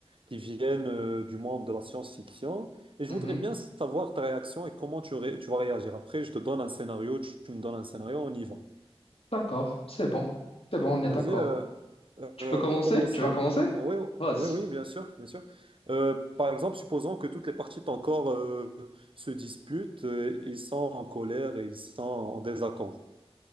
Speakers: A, on the right (about 55°); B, on the left (about 65°).
A: qui viennent euh, du monde de la science-fiction. Et je
B: Mhm.
A: voudrais bien savoir ta réaction et comment tu, ré- tu vas réagir. Après, je te donne un scénario, tu, tu me donnes un scénario, on y va.
B: D'accord, c'est bon. C'est bon, on
A: Vas-y,
B: est d'accord.
A: euh,
B: Tu
A: euh,
B: peux commencer?
A: pour commencer.
B: Tu vas commencer?
A: Oui,
B: Vas-y.
A: oui, oui, bien sûr, bien sûr. Euh, par exemple, supposons que toutes les parties de ton corps euh, se disputent, euh, ils sont en colère et ils sont en désaccord.